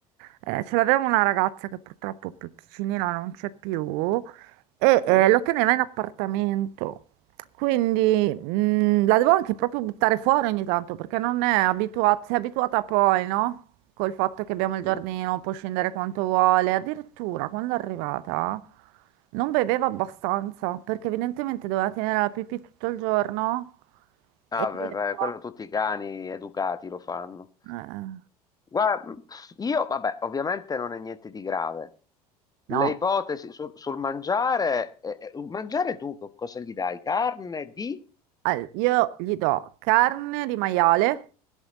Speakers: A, on the right (about 50°); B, on the left (about 20°).
A: eh, ce l'aveva una ragazza che purtroppo più piccinina non c'è più e
B: sì.
A: eh, lo teneva in appartamento. Quindi mh, la devo anche proprio buttare fuori ogni tanto perché non è abituata, si è abituata poi, no? Col fatto che abbiamo il
B: sì.
A: giardino, può scendere quanto vuole. Addirittura quando è arrivata non beveva abbastanza perché evidentemente doveva tenere la pipì tutto il giorno
B: Ah,
A: e
B: beh,
A: beve
B: beh,
A: poco.
B: quello tutti i cani educati lo fanno.
A: Eh,
B: Guarda, io, vabbè, ovviamente non è niente di grave.
A: no.
B: Le ipotesi sul, sul mangiare, eh, eh, mangiare tu co- cosa gli dai? Carne di?
A: Al- Io gli do carne di maiale